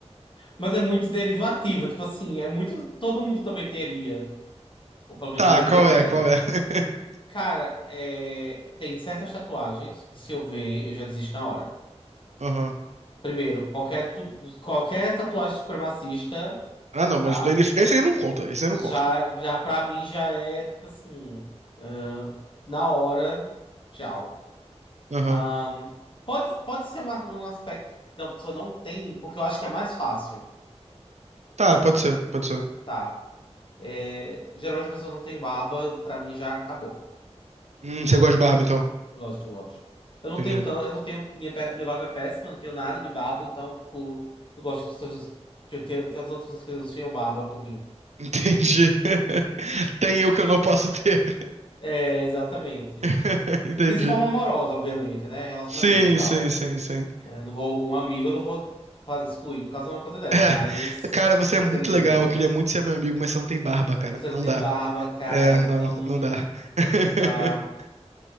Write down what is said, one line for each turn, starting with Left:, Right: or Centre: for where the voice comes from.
Left: mas é muito derivativa. Tipo assim, é muito. Todo mundo também teria, ou pelo menos
Right: Tá,
Left: deveria
Right: qual
Left: ter.
Right: é? Qual é? <laughs>
Left: Cara, é, tem certas tatuagens que se eu ver, eu já desisto na hora.
Right: Aham.
Left: Primeiro, qualquer, tu- qualquer tatuagem supremacista,
Right: Ah, não, mas
Left: tá?
Right: daí isso- esse aí não conta, esse aí não
Left: Já,
Right: conta.
Left: já pra mim já é tipo assim, ah, na hora, tchau.
Right: Aham.
Left: Ahn, pode, pode ser um, um aspecto que a pessoa não tem, porque eu acho que é mais fácil.
Right: Tá, pode ser, pode ser.
Left: tá? É, geralmente a pessoa não tem barba, pra mim já acabou.
Right: Hum, você gosta de barba, então?
Left: Gosto, gosto. Eu não
Right: Entendi.
Left: tenho tanto, eu não tenho, minha, pe- minha barba é péssima, eu não tenho nada de barba, então, tipo, eu gosto das pessoas que eu tenho, das outras pessoas que tenham barba por mim.
Right: Entendi. <laughs> Tem eu que eu não posso ter.
Left: É, exatamente.
Right: <laughs> Entendi.
Left: E de forma amorosa, obviamente, né? Relacionamento
Right: Sim,
Left: e tal.
Right: sim, sim, sim.
Left: É, não vou, um amigo eu não vou fa- excluir por causa de uma coisa dessa,
Right: É,
Left: mas
Right: cara, você
Left: um
Right: é muito
Left: crime.
Right: legal, eu queria muito ser meu amigo, mas você não tem barba, cara.
Left: Você não
Right: Não
Left: tem
Right: dá.
Left: barba, cara,
Right: É, não,
Left: então.
Right: não dá. <laughs>
Left: Ah,